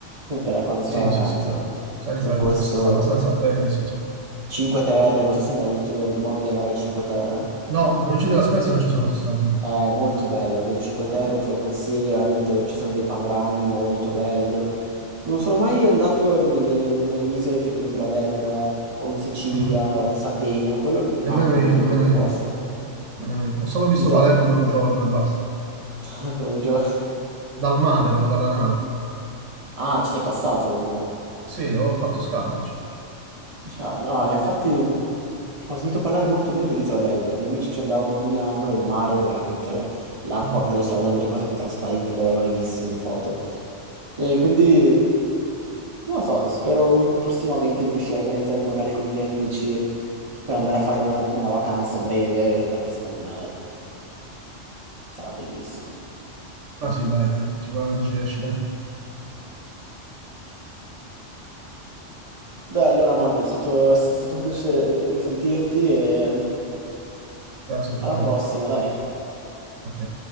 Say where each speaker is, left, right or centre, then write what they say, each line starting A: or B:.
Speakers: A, on the right; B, on the right.
A: <laughs> per quando si
B: sì,
A: fa vacanza.
B: sì, sì, dai. Sai, in
A: Su
B: Italia
A: questo.
B: si sta abbastanza bene, sì, sì.
A: Cinque Terre, non so se hai mai avuto modo di andare alle Cinque Terre.
B: No, in provincia della Spezia non ci sono stato. no.
A: È molto bello, le Cinque Terre te lo consiglio, veramente ci sono dei panorami molto belli. Non sono mai andato nelle, nelle isole tipo in Isola d'Elba o in Sicilia
B: Mhm.
A: o in Sardegna, quello mi manca,
B: Nemmeno io,
A: devo dire,
B: nemmeno
A: come posto.
B: io, nemmeno io. Ho solo visto
A: L'isola...
B: Palermo
A: <laughs>
B: per un giorno e basta.
A: per un gio-
B: Dal mare, però, dalla nave.
A: Ah, ci sei passato quindi.
B: Sì, ho fatto scalo. diciamo.
A: Yeah, no, eh, infatti mh, ho sentito parlare molto bene dell'isola d'Elba, dove i miei amici ci andavano ogni anno e il mare, è veramente, l'acqua
B: Mm.
A: credo sia una delle cose più trasparenti che avevo mai visto in foto. E quindi, non lo so, spero ul- prossimamente di riuscire a organizzarmi magari con i miei amici per andare a fare una, una vacanza breve, perché secondo me sarà bellissimo.
B: Ma sì, dai, dai, sicuramente ci riesci, dai.
A: Dai, allora Manuel, è stato, è stato un piacere eh, risentirti e mm,
B: Grazie a
A: alla
B: tutti.
A: prossima,
B: Ok.
A: dai.
B: ok.